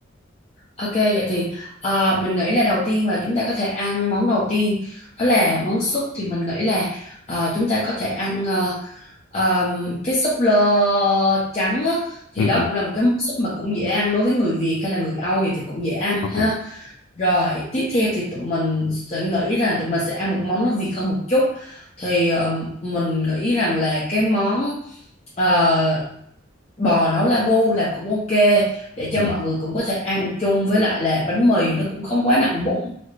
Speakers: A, on the left (about 35°); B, on the left (about 80°).
A: Ok, vậy thì ờ, mình nghĩ là đầu tiên là chúng ta có thể ăn món đầu tiên đó là món súp thì mình nghĩ là ờ, chúng ta có thể ăn ờ, ờm, cái súp lơ trắng á, thì
B: ừ
A: đó
B: ừ
A: cũng là một cái món súp mà cũng dễ ăn đối với người Việt hay là người Âu gì thì cũng dễ ăn
B: ok
A: ha. Rồi tiếp theo thì tụi mình sẽ nghĩ rằng tụi mình sẽ ăn một món nó Việt hơn một chút thì ờm, mình nghĩ rằng là cái món uh, bò nấu lagu là cũng ok để cho
B: ừ
A: mọi người cũng có thể ăn chung với lại là bánh mì nó cũng không quá nặng bụng